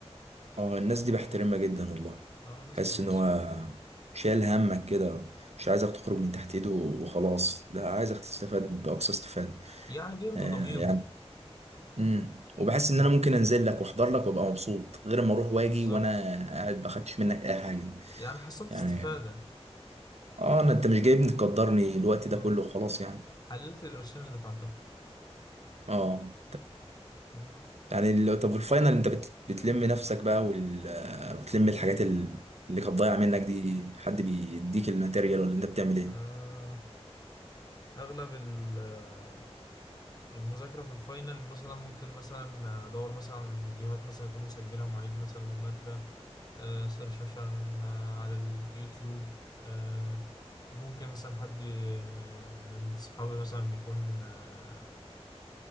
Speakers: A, on the right (about 75°); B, on the left (about 35°).
A: اه الناس دي بحترمها جدا والله
B: اه ناس
A: حس
B: كويسه
A: ان هو شايل همك كده مش عايزك تخرج من تحت ايده وخلاص لا عايزك تستفاد باقصى استفادة
B: يعني بيرضي
A: آه
B: ضميره
A: يعني امم وبحس ان
B: م.
A: انا ممكن انزل لك واحضر لك وابقى مبسوط غير ما اروح واجي
B: بالظبط
A: وانا قاعد ما اخدتش منك اي حاجة
B: يعني حصلت
A: يعني
B: استفاده
A: اه انا انت مش جايبني تقدرني الوقت ده
B: اه
A: كله خلاص يعني
B: حللت القرشين اللي دفعتهم
A: اه
B: مم.
A: يعني ال- طب الفاينل انت بت... بتلم نفسك بقى وال... آه، بتلم الحاجات ال- اللي كانت ضايعه منك دي حد بيديك الماتيريال ولا انت بتعمل ايه
B: آه، أغلب ال- آه، المذاكرة في الفاينل مثلا ممكن مثلا أدور مثلا على فيديوهات مثلا يكون مسجلها معيد مثلا للمادة آه، سيرش مثلا آه، على اليوتيوب آه، ممكن مثلا حد آه، من صحابي مثلا يكون آه،